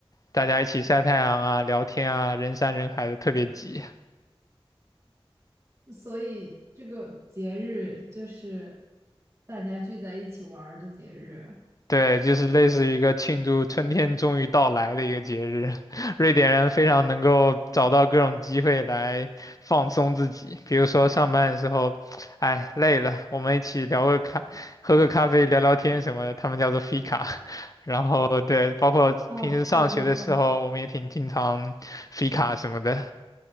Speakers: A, on the left; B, on the right.
A: 大家一起晒太阳啊、聊天啊，人山人海的，特别挤。
B: 所以这个节日就是大家聚在一起玩儿的节日。
A: 对，就是类似于一个庆祝春天终于到来的一个节日。<laughs> 瑞典人非常能够找到各种机会来放松自己，比如说上班的时候，哎，累了，我们一起聊个咖，喝个咖啡，聊聊天什么的，他们叫做 fika。<laughs> 然后对，包括平时上学的时候，
B: 哦，对对对，
A: 我们也挺经常 fika 什么的。